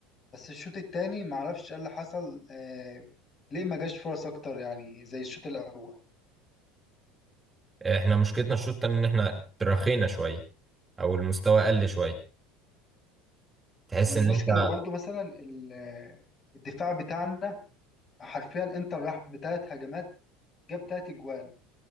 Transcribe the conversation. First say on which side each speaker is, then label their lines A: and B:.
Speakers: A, on the left; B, on the right.
A: بس الشوط التاني معرفش ايه اللي حصل آه ليه ما جاش فرص اكتر يعني زي الشوط الاول
B: آه، احنا مشكلتنا الشوط التاني ان احنا تراخينا شويه او المستوى قل شويه تحس
A: والمشكلة
B: ان انت
A: برضو مثلا ال- آه، الدفاع بتاعنا حرفيا انتر راح بتلات هجمات جاب تلات اجوان